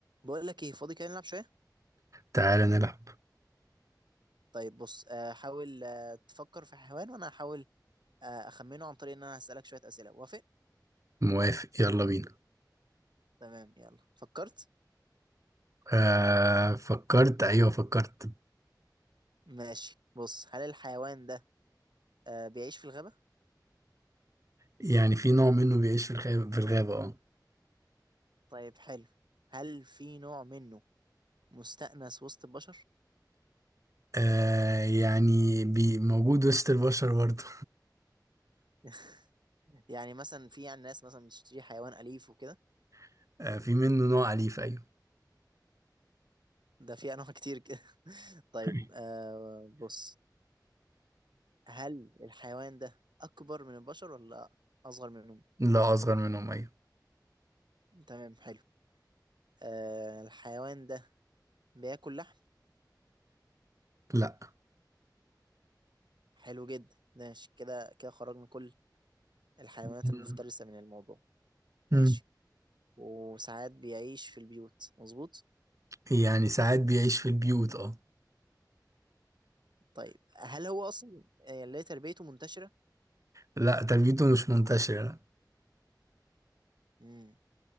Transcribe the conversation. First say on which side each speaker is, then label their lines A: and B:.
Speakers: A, on the right; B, on the right.
A: بقول لك ايه فاضي كده نلعب شويه
B: تعالى نلعب
A: طيب بص آه، حاول آه، تفكر في حيوان وانا هحاول آه، اخمنه عن طريق ان انا هسالك شويه اسئله وافق
B: موافق يلا بينا
A: تمام يلا فكرت
B: آه فكرت ايوه فكرت
A: ماشي بص هل الحيوان ده آه، بيعيش في الغابه
B: يعني في نوع منه بيعيش في الغابة في الغابة اه
A: طيب حلو هل في نوع منه مستأنس وسط البشر
B: آه، يعني بي موجود وسط البشر برضه
A: <laughs> يعني مثلا في يعني ناس مثلا بتشتري حيوان أليف وكده
B: <laughs> آه في منه نوع أليف ايوه
A: ده في انواع كتير كده <laughs> طيب
B: <laughs>
A: آه بص هل الحيوان ده اكبر من البشر ولا اصغر منهم
B: لا أصغر منهم ايوه
A: تمام حلو آه الحيوان ده بياكل لحم
B: لا
A: حلو جدا ماشي كده كده خرج من كل الحيوانات
B: <laughs> مم.
A: المفترسة من الموضوع ماشي
B: مم.
A: وساعات بيعيش في البيوت مظبوط
B: يعني ساعات بيعيش في البيوت اه
A: طيب هل هو أصلا آه، اللي هي تربيته منتشرة؟
B: لا تربيته مش منتشرة لا.
A: مم.